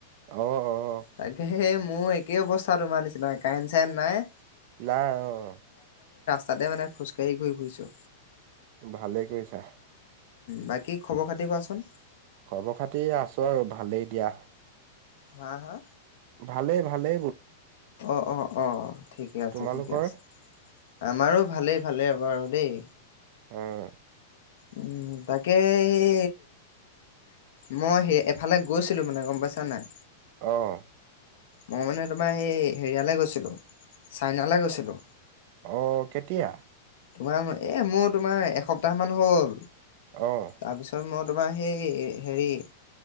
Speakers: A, on the right; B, on the left.
A: অ-অ,
B: তাকে সেই মোৰ একেই অৱস্থা তোমাৰ নিচিনা কাৰেণ্ট চাৰেন নাই।
A: নাই অ',
B: তাতে মানে খোজকাঢ়ি ঘূৰি ফুৰিছোঁ।
A: ভালেই কৰিছা।
B: বাকী খবৰ খাতি কোৱাচোন?
A: খবৰ খাতি আছোঁ আৰু ভালেই দিয়া।
B: হা-হা
A: ভালে-ভালে।
B: অ', অ', অ' ঠিকে আছে
A: তোমালোকৰ
B: ঠিকে আছে আমাৰো ভালেই ভালেই আৰু। হব আৰু দেই।
A: অ'।
B: উম তাকে এ মই সেই এফালে গৈছোঁ। <unintelligible> ছিলো মানে গম পাইছা নাই।
A: অ'।
B: মই মানে তোমাৰ এই হেৰিয়ালৈ গৈছিলো চাইনালৈ গৈছিলো
A: অ কেতিয়া।
B: তোমাৰ এ মোৰ তোমাৰ এসপ্তাহ মান হ'ল
A: অ
B: তাৰপিছত মোৰ তোমাৰ সেই হেৰি